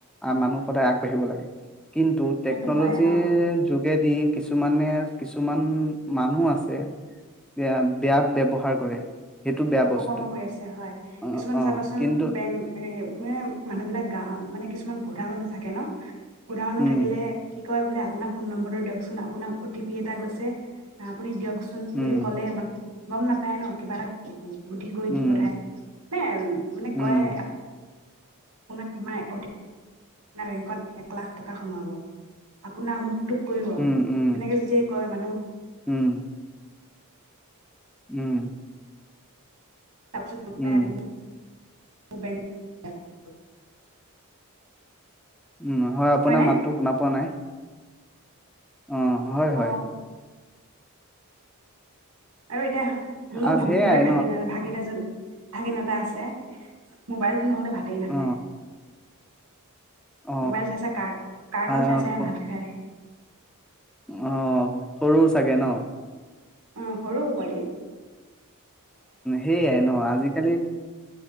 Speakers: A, in the centre; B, on the right (about 80°).
A: মানুহ সদায় আগবাঢ়িব লাগে <inaudible> কিন্তু টেকনোলজিৰ
B: সেইটো হয় অ
A: যোগেদি <unintelligible> কিছুমানে কিছুমান মানুহ আছে এ বেয়া ব্যৱহাৰ কৰে <inaudible> বেয়া
B: অপকৰ্ম
A: বস্তু
B: কৰি আছে হয়
A: অ
B: কিছুমানে
A: অ
B: চাবাচোন
A: কিন্তু
B: বেংক এ মানে মানুহ বিলাক গা মানে কিছুমান কিছুমান বুধা মানুহ থাকে ন <inaudible> বুঢ়া মানুহ
A: উম
B: থাকিলে কয় বোলে আপোনাৰ ফোন নম্বৰ দিয়কচোন আপুনাৰ অ তি পি এটা গৈছে আপুনি দিয়ক কচোন
A: উম
B: বুলি ক'লে অবান গম নাপেই ন কিবা এটা উহু বুদ্ধি কৰি
A: উম
B: দি পঠায় নে মানে
A: উম
B: কয় <unintelligible> আ বেংকত এক লাখ টকা সোমাব আপোনাৰ মোক তোক কৰিব
A: উম উম
B: সনেকে যেতিয়া কয় মানুহ
A: উম উম উম
B: আজি দুটাই
A: উম
B: আমি <unintelligible>
A: উম হয় আপোনাৰ
B: নে?
A: মাততো শুনা পোৱা নাই অঁ হয়
B: অ'
A: হয়
B: <unintelligible> এতিয়া মোৰ
A: আজ সেয়াই
B: মোৰে ভাগি ন ভাগি নাজানো ভাগীন এটা আছে মোবাইল নহ'লে ভাতেই নাখায়
A: অ অ
B: মোবাইল চাইছে কাৰ্টুন
A: আহ
B: চাই চাই ভাত খাই
A: অ সৰু চাগে ন
B: উ সৰুও পাৰি
A: সেইয়াই ন আজিকালি